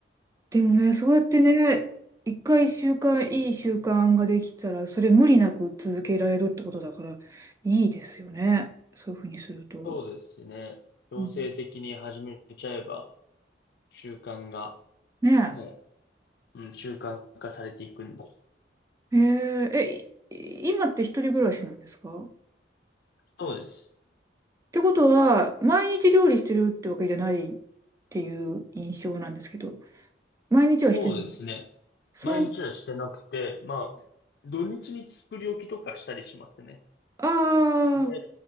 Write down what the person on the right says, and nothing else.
でもね、そうやってね、一回習慣、いい習慣ができたら、それ無理なく続けられるってことだから、いいですよね。そういうふうにすると。
うん
ね
え。えーえ、い今って一人暮らしなんですか
ってことは、毎日料理してるってわけじゃないっていう印象なんですけど、毎日はしてない。
そう。
あ
あ